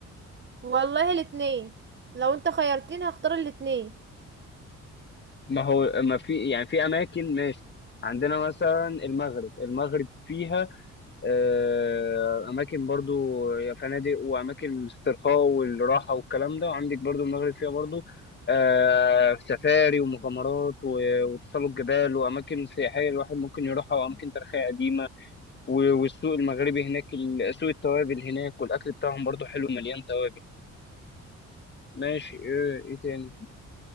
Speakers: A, on the right; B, on the left.
A: والله الاتنين لو انت خيرتني هختار الاتنين
B: ما هو ما في يعني في أماكن ماشي عندنا مثلا المغرب المغرب فيها آه، أماكن برضو فنادق وأماكن الاسترخاء والراحة والكلام ده وعندك برضو المغرب فيها برضو آه، سفاري ومغامرات و- وتسلق جبال وأماكن سياحية الواحد ممكن يروحها وأماكن تاريخية قديمة و- والسوق المغربي هناك ال- سوق التوابل هناك والأكل بتاعهم برضو حلو مليان توابل ماشي إيه, إيه تاني